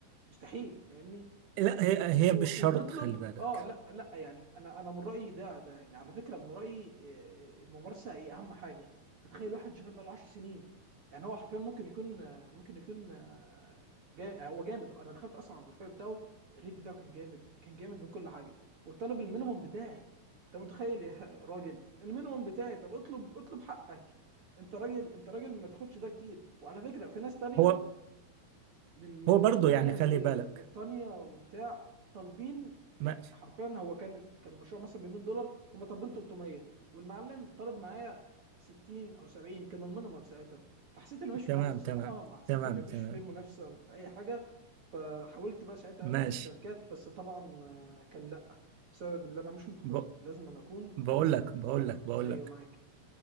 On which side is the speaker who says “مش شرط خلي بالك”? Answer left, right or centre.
Right